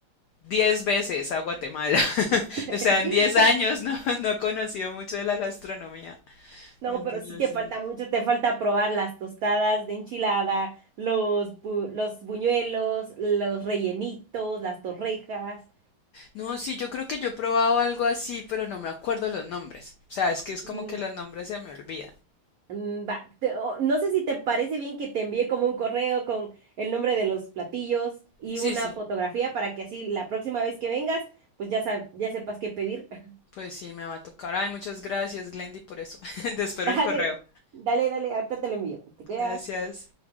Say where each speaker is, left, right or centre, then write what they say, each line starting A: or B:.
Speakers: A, on the left (about 85°); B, on the right (about 80°).
A: 10 veces a Guatemala. <laughs>
B: <laughs>
A: O sea, en 10 años no, <laughs> no he conocido mucho de la gastronomía.
B: No,
A: Entonces,
B: pero sí te
A: sí.
B: falta mucho, te falta probar las tostadas de enchilada, los, bu- los buñuelos, los rellenitos, las torrejas.
A: No, sí, yo creo que yo he probado algo así, pero no me acuerdo los nombres. O sea, es que es como
B: Mm,
A: que los nombres se me olvidan.
B: Mm, va, te- o- no sé si te parece bien que te envíe como un correo con el nombre de los platillos y
A: Sí,
B: una
A: sí,
B: fotografía para que así la próxima vez que vengas, pues ya, sab- ya sepas qué pedir. <laughs>
A: pues sí, me va a tocar. Ay, muchas gracias, Glendy, por eso. <laughs> Te espero
B: Dale,
A: el correo.
B: dale, dale, ahorita te lo envío. ¿Te cuidas?
A: Gracias.